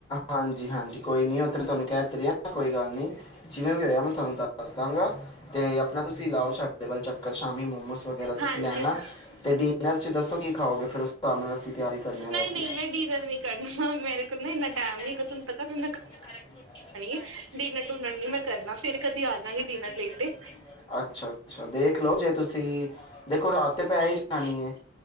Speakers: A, on the left; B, on the right.
A: ਹਾਂਜੀ, ਹਾਂਜੀ ਕੋਈ ਨੀ ਉਹ ਤੇ ਮੈ ਤੁਹਾਨੂੰ ਕਹਿ ਤੇ ਰਿਹਾ ਕੋਈ ਗੱਲ ਨੀ। ਜਿਵੇਂ ਵੀ ਹੋਇਆ ਮੈਂ ਤੁਹਾਨੂੰ ਦੱਸ ਦਾਂਗਾ ਤੇ ਆਪਣਾ ਤੁਸੀਂ ਲਾਓ ਸਾਡੇ ਵੱਲ ਚੱਕਰ ਸ਼ਾਮੀ ਮੋਮੋਸ ਵਗੈਰਾ
B: ਹਾਂਜੀ
A: ਤੁਸੀਂ ਲੈਣਾ
B: ਹਾਂ
A: ਤੇ ਡਿਨਰ ਚ ਦੱਸੋ। ਕੀ ਖਾਓਗੇ ਫੇਰ ਉਸ ਹਿਸਾਬ ਨਾਲ ਅਸੀਂ ਤਿਆਰੀ ਕਰਨੇ ਆ ਰਾਤੀ
B: ਨਹੀਂ ਨਹੀਂ ਮੈਂ ਡੀਨਰ ਨੀ ਕਰਨਾ ਮੇਰੇ ਕੋਲ ਨਾ ਇੰਨਾ
A: ਮੇਰਾ ਟਾਈਮ
B: ਹੈਗਾ ਤੁਹਾਨੂੰ
A: ਨੀ ਬਿਲਕੁਲ
B: ਪਤਾ ਫਿਰ
A: ਮੈਂ ਘਰ ਆ ਕੇ ਰੋਟੀ ਵੀ ਬਣਾਉਣੀ
B: ਹੈ ਡਿਨਰ
A: ਦੇਖਲੋ
B: ਡੁਨਰ ਨੀ
A: ਨਾਲੇ
B: ਕਰਨਾ
A: ਮੈਂ
B: ਫਿਰ
A: ਫੇਰ
B: ਕਦੀ ਆ
A: ਕਦੇ
B: ਜਾਗੀ
A: ਆਜਾ
B: ਡਿਨਰ
A: ਗੀ ਮਿਲਣ
B: ਲਈ ਤੇ
A: ਕਿਤੇ ਅੱਛਾ ਅੱਛਾ ਦੇਖਲੋ। ਤੁਸੀਂ ਦੇਖੋ ਰਾਤ ਤੇ ਪੈ ਹੀ ਜਾਨੀ ਹੈ।